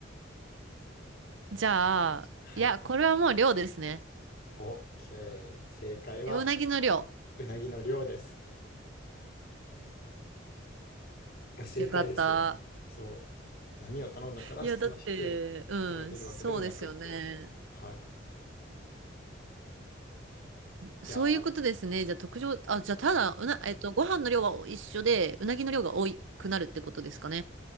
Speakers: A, on the right; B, on the left.
A: じゃあ、
B: はい。
A: いや、これはもう量ですね。
B: OK。正解は、
A: えうなぎの量。
B: うなぎの量です。正解です。
A: よかった。
B: そう。波を頼んだから質の低いのが出るわけでもなくっていう。
A: いや、だって、うん、そうですよね。
B: はい。
A: そういうことですね。
B: いやー
A: じゃあ、特徴、あ、じゃあ、ただ、うな、えっと、ご飯の量は一緒で、うなぎの量が多くなるってことですかね。